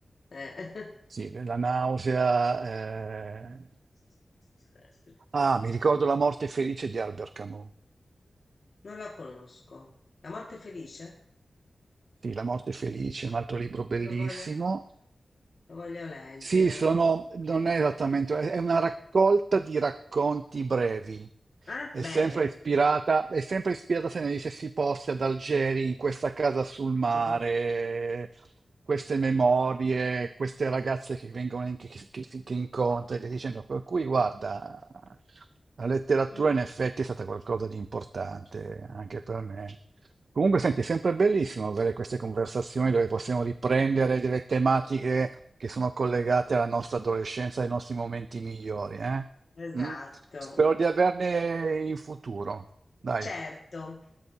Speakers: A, on the left; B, on the right.
A: eh.
B: Sì, la nausea. eh.
A: <laughs>
B: Ah, mi ricordo La morte felice di Albert Camus.
A: Non la conosco. La morte felice?
B: Sì, La morte felice, un altro libro bellissimo.
A: Lo voglio, lo voglio leggere.
B: Sì, sono, non è esattamente, è è una raccolta di racconti brevi.
A: Eh?
B: È
A: Bene.
B: sempre ispirata, è sempre ispirata se ne dice si possa ad Algeri, in questa casa sul mare,
A: Mhm.
B: queste memorie, queste ragazze che vengono in- che, che, che- che incontri, che dicendo, per cui guarda, la letteratura
A: Mm,
B: in effetti è stata qualcosa di importante anche per me. Comunque, senti, è sempre bellissimo avere queste conversazioni dove possiamo riprendere delle tematiche che sono collegate alla nostra adolescenza, ai nostri momenti migliori, eh?
A: Esatto.
B: Mm? Spero di averne in futuro. Dai,
A: Certo.